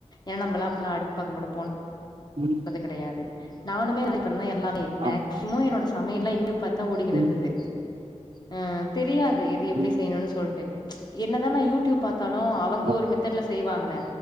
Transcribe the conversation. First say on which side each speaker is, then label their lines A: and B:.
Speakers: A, on the left (about 35°); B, on the right (about 50°).
A: ஏன் நம்ப்பலா அப்பல்லா அடுப்பு பக்கோ கொட போன
B: ம்.
A: து கெடையாது நானுமே <unintelligible> அப்பற நா எல்லாமே மேக்சிமொ
B: ஆமா.
A: என்னோட சமையல்ல யூடியூப் பாத்தா ஓடிகின்னு
B: ம்
A: இருக்குது அ தெரியாது இது எப்டி
B: ம்.
A: செய்ணும்னு சொல்ட்டு என்னதா நா யூடியூப் பாத் தாலு அவங்க
B: ஓ!
A: ஒரு மெத்தட்ல செய்வாங்க